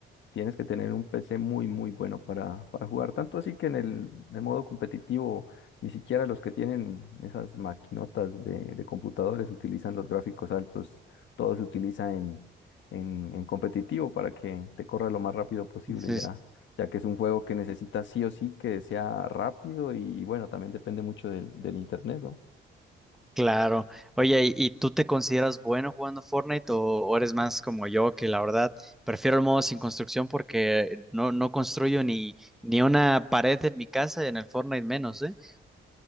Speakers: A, on the left; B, in the centre.
A: tienes que tener un PC muy, muy bueno para, para jugar. Tanto así que en el, en modo competitivo, ni siquiera los que tienen esas maquinotas de, de computadores utilizan los gráficos altos. Todo se utiliza en, en, en competitivo para que te corra lo más rápido posible
B: Sí,
A: ya, ya que es un juego que necesita sí o sí que sea rápido y, bueno, también depende mucho del, del internet, ¿no?
B: Claro. Oye, ¿y, y tú te consideras bueno jugando Fortnite o, o eres más como yo que la verdad prefiero el modo sin construcción porque no, no construyo ni, ni una pared en mi casa y en el Fortnite menos, ¿eh?